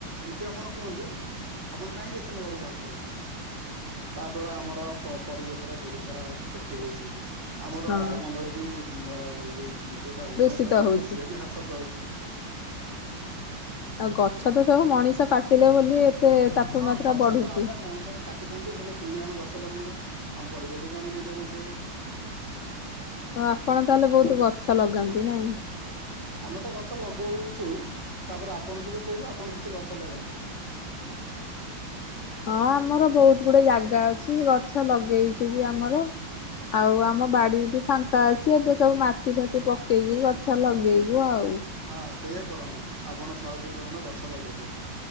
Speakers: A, on the right (about 35°); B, on the left (about 65°).
A: ଏମିତି ଆପଣ କୁହନ୍ତୁ। ଆପଣ କାହିଁକି ଏସି ନବା ବାହାରାରୁଛନ୍ତି? ତା ଦ୍ଦ୍ୱାରା ଆମର ପରିବେଶର ବହୁତ ସାରା କ୍ଷତି ହଉଛି। ଆମର
B: ହଁ
A: ବାୟୁମଣ୍ଡଳବି <unintelligible> ଯେଉଁଟା ଓଜନ
B: ଦୂଷିତ
A: ସ୍ତର
B: ହଉଛି।
A: ଅଛି ସିଏ ବି ହ୍ରାସ ରହୁଛି।
B: ଆଉ ଗଛ ତ ସବୁ ମଣିଷ କାଟିଲେ ବୋଲି ଏତେ ତାପମାତ୍ରା
A: ହଁ ଗଛ
B: ବଢୁଛି।
A: ତ ଆମେ ମଣିଷ କାଟିଛନ୍ତି ହେଲେ ପୁଣି ଆମେ ଗଛ ଲଗେଇବା ଆମ ପରିବେଶକୁ ଆମେ ନିଜେ ବଞ୍ଚେଇବା।
B: ହ ଆପଣ ତାହେଲେ ବହୁତ ଗଛ ଲଗାନ୍ତି ନାଇଁ?
A: ଆମେ ତ ଗଛ ଲଗଉଛୁ ତାପରେ ଆପଣଙ୍କୁ ବି କହୁଛୁ ଆପଣ କିଛି ଗଛ ଲଗାନ୍ତୁ?
B: ହଁ ଆମର ବହୁତ ଗୁଡେ ଜାଗା ଅଛି ଗଛ ଲଗେଇଛୁ ବି ଆମର। ଆଉ ଆମ ବାଡି ବି ଫାଙ୍କା ଅଛି। ସିଏ ଏବେ ସବୁ ମାଟି ଫାଟି ପକେଇକି ଗଛ ଲଗେଇବୁ ଆଉ।
A: ହଁ ସେଇୟା କରନ୍ତୁ ଆପଣ ଶହେ ଦୁଇଶହ ଖଣ୍ଡ ଗଛ ଲଗେଇ ଦିଅନ୍ତୁ।